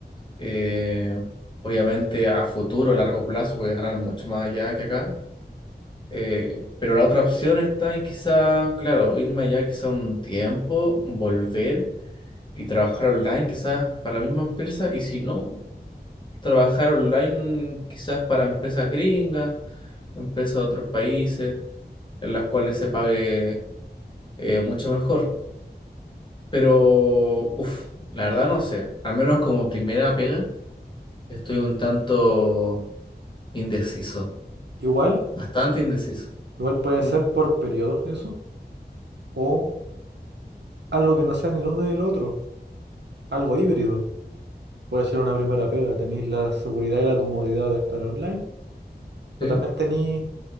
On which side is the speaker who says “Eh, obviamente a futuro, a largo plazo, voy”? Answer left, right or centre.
Left